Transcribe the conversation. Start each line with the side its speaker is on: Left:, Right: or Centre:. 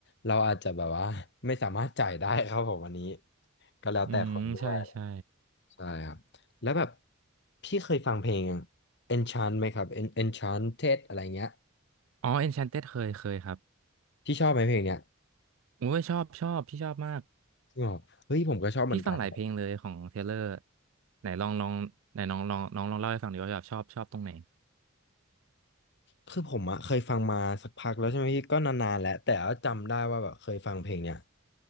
Left: เราอาจจะแบบว่า <laughs> ไม่สามารถจ่ายได้ครับผมอันนี้ก็แล้วแต่คนด้วย
Right: อืมใช่ใช่
Left: ใช่ครับแล้วแบบพี่เคยฟังเพลง Enchant ไหมครับ En- Enchanted อะไรเงี้ย
Right: อ๋อ Enchanted เคยเคยครับ
Left: ที่ชอบไหมเพลงเนี้ย
Right: โอ้ยชอบชอบพี่ชอบมาก
Left: ที่บอกเฮ้ยผมก็ชอบเหมือนกัน
Right: พี่ฟังหลายเพลงเลยของเทเลอร์ไหนลองลองไหนน้องลองน้องลองเล่าให้ฟังดีว่าแบบชอบชอบตรงไหน
Left: คือผมอะเคยฟังมาสักพักแล้วใช่ไหมพี่ก็นานๆแล้วแต่ว่าจำได้ว่าแบบเคยฟังเพลงเนี่ย